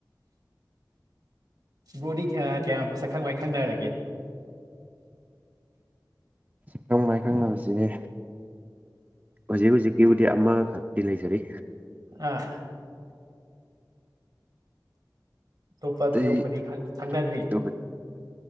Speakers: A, on the right (about 60°); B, on the right (about 25°).
A: ꯕꯣꯗꯤ ꯀꯌꯥ ꯀꯌꯥꯝ ꯁꯛꯈꯪ ꯋꯥꯏ ꯈꯪꯅꯔꯒꯦ
B: ꯁꯈꯪ ꯃꯥꯏ ꯈꯪꯅꯕꯁꯤꯅꯦ ꯍꯧꯖꯤꯛ ꯍꯧꯖꯤꯛꯀꯤꯕꯨꯗꯤ ꯑꯃꯈꯛꯇꯤ ꯂꯩꯖꯔꯤ
A: ꯑꯥ ꯑꯣꯞꯄ
B: ꯑꯇꯩ
A: ꯊꯣꯏꯗꯣꯛꯄꯗꯤ ꯈꯪꯅꯗ꯭ꯔꯤ
B: ꯑꯇꯣꯞꯄ